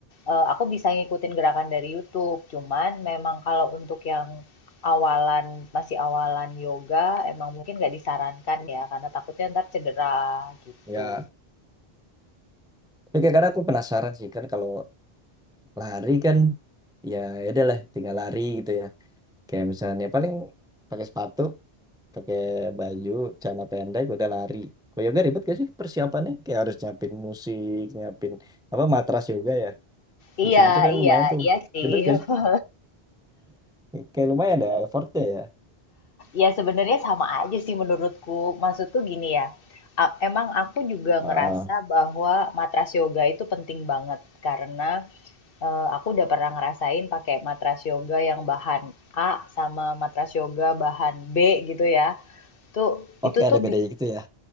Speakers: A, on the left (about 60°); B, in the centre.
A: eee, aku bisa ngikutin gerakan dari YouTube. Cuman memang kalau untuk yang awalan masih awalan yoga emang mungkin nggak disarankan ya, karena takutnya ntar cedera gitu.
B: ya, tapi kadang aku penasaran sih kan kalau lari kan, ya ya udah lah, tinggal lari gitu ya. Kayak misalnya paling pakai sepatu, pakai baju, celana pendek, udah lari. Kalau yoga ribet gak sih persiapannya? Kayak harus nyiapin musik, nyiapin apa matras yoga ya,
A: Iya
B: gitu-gitu kan
A: iya
B: lumayan tuh.
A: iya sih.
B: Ribet
A: <laughs>
B: gak sih? Kayak lumayan ada effortnya ya.
A: Ya sebenarnya sama aja sih menurutku. Maksudku gini ya, a- emang aku juga
B: Ah.
A: ngerasa bahwa matras yoga itu penting banget karena eh, aku udah pernah ngerasain pakai matras yoga yang bahan A sama matras yoga bahan B gitu ya. Tuh
B: Oke,
A: itu
B: ada
A: tuh
B: bedanya
A: bi-
B: gitu ya.